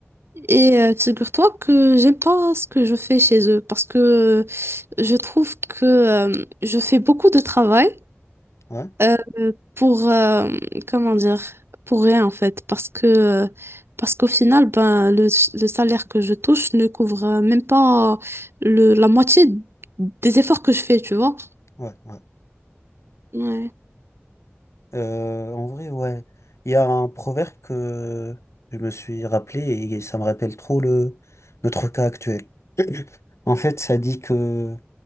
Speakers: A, on the right (about 60°); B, on the left (about 80°).
A: Et euh, figure-toi que j'aime pas ce que je fais chez eux parce que euh, je trouve que euh, je fais beaucoup de travail
B: Ouais?
A: euh, pour euh, comment dire pour rien en fait parce que euh, parce qu'au final ben le, le salaire que je touche ne couvre euh, même pas le, la moitié des efforts que je fais tu vois.
B: Ouais, ouais.
A: Ouais.
B: Euh, en vrai, ouais. Il y a un proverbe que je me suis rappelé et ça me rappelle trop le, notre cas actuel. En fait, ça dit que